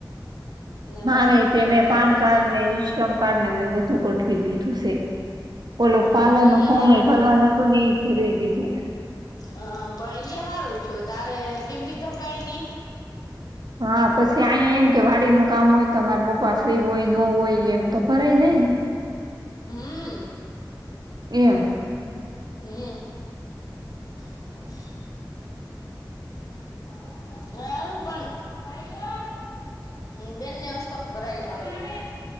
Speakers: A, on the left; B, on the right.
A: ને
B: મારેય
A: બસો રૂપિયામાં
B: તે મે
A: નીકળી
B: પાન કાર્ડ
A: જાય
B: ને ઈશ્રમ કાર્ડ ને મેં બધું ગોઠવી લીધું છે. ઓલું
A: હમ
B: પાલર નું
A: ઈ
B: ફોર્મેય
A: હારું
B: ભરવા
A: થયું
B: નતું ને એ ભરી દીધું.
A: હ પણ ઈ સારું થયું, તારે ટીંબી ધકાય નહી.
B: હા પછી અહીંયા એમ કે વાડીનું કામ હોય તો મારા પપ્પા ફ્રી હોય ન હોય એમ તો ભરાઈ જાય ને
A: હમ
B: એમ
A: હમ <inaudible> હ પણ <inaudible> હમ બેનને હસ્તક ભરાઈ જાય